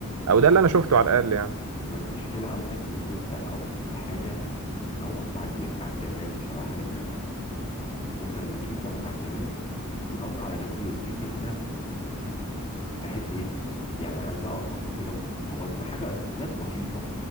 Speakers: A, on the right; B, on the left.
A: او ده اللي انا شفته على الاقل يعني
B: ما المشكلة عندك ان انت اول حاجة دورت على الجم... على الجمال مش على حاجة تانية على فكرة. انت لما تيجي تدور على الجمال تدور على جمال يرضيك انت بحيث ايه تكون يعني عندها اناقة كده متوازنة حاجة ناس بسيطة